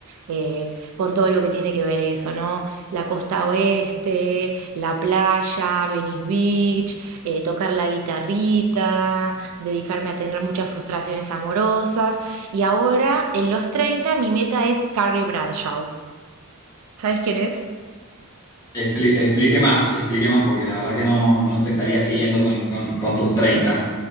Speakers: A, on the right (about 80°); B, on the left (about 15°).
A: eh, con todo lo que tiene que ver eso, ¿no? La costa oeste, la playa, Venice Beach, eh, tocar la guitarrita, dedicarme a tener muchas frustraciones amorosas. Y ahora, en los 30, mi meta es Carrie Bradshaw. ¿Sabes quién es?
B: Expli- explique más, explique más, porque la verdad que no, no te estaría siguiendo con, con- con tus treinta